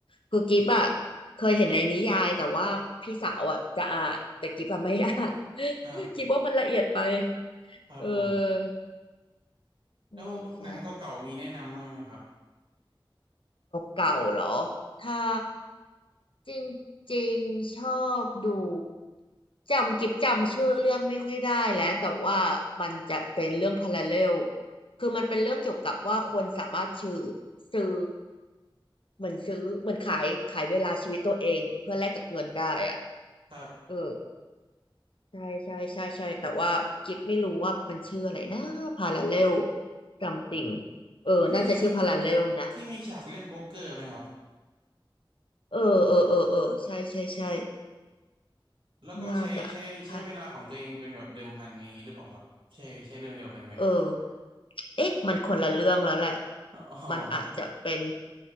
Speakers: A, on the left (about 70°); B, on the right (about 70°).
A: คือกิฟอะ เคยเห็นในนิยายแต่ว่าพี่สาวอะจะอ่านแต่กิฟอะไม่อ่าน <laughs>
B: ครับ
A: กิฟว่ามันละเอียดไป
B: ครับผม
A: เออใช่ใช่
B: แล้วหนังเก่าๆมีแนะนำบ้างไหมครับ
A: เก่าๆเหรอ ถ้าจริงๆ ชอบดูจำกิบจำชื่อเรื่องไม่ค่อยได้แล้วแต่ว่ามันจะเป็นเรื่องพาราเรลคือมันเป็นเรื่องเกี่ยวกับว่าคนสามารถซื้อซื้อเหมือนซื้อเหมือนขายขายเวลาชีวิตตัวเองเพื่อแลกกับเงินได้อะ
B: ครับ
A: เออใช่ใช่ใช่ใช่แต่ว่ากิฟไม่รู้ว่ามันชื่ออะไรนะพาราเรลจำติงเออน่าจะชื่อพาราเรลนะ
B: ที่ที่มีที่มีฉากเล่นโป๊กเกอร์ไหมครับ
A: เออ เออ เออ เออ ใช่ใช่ใช่
B: แล้วก็ใช้ใช้ใช้เวลาของตัวเองเป็นแบบเดิมพันอย่างนี้หรือเปล่าครับใช่ใช่เรื่องเดียวกันไหม
A: น่าจะค่ะ เออ เอ๊ะมันคนละเรื่องแล้วแหละ
B: อ๋อ
A: มันอาจจะเป็น